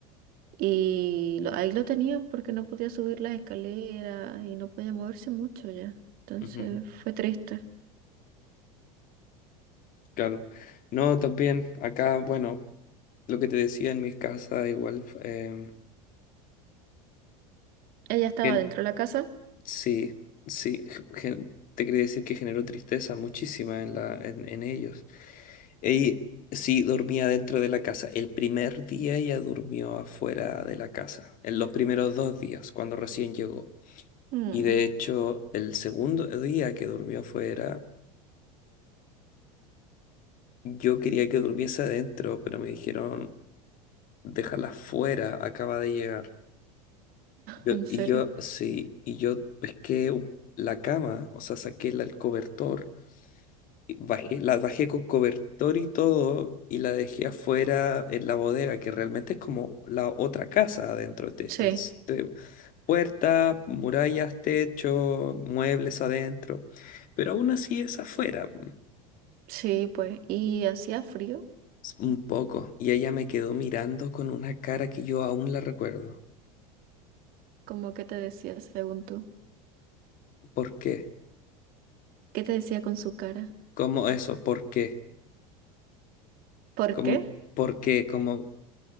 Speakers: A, on the right; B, on the left.
A: Y lo- ahí lo tenían porque no podía subir las escaleras y no podía moverse mucho ya. Entonces
B: Ujú,
A: fue triste.
B: claro. No, también acá, bueno, lo que te decía en mi casa, igual, em,
A: Ella estaba
B: gen-
A: dentro de la casa.
B: sí, sí, ge- gen- te quería decir que generó tristeza muchísima en la, en, en ellos. Y sí, dormía dentro de la casa. El primer día ella durmió afuera de la casa, en los primeros dos días, cuando recién llegó.
A: Mm.
B: Y de hecho, el segundo día que durmió afuera, yo quería que durmiese adentro, pero me dijeron déjala fuera, acaba de llegar. Yo,
A: ¿En serio?
B: y yo, sí, y yo pesqué un- la cama, o sea, saqué la- el cobertor, y bajé, la bajé con cobertor y todo, y la dejé afuera en la bodega, que realmente es como la otra casa adentro. de
A: Sí,
B: este- este- puerta, murallas, techo, muebles adentro, pero aún así es afuera, mm,
A: sí, pues. ¿Y hacía frío?
B: s- un poco. Y ella me quedó mirando con una cara que yo aún la recuerdo.
A: ¿Cómo que te decía según tú?
B: ¿Por qué?
A: ¿Qué te decía con su cara?
B: ¿Cómo eso? ¿Por qué?
A: ¿Por
B: Como,
A: qué?
B: porque como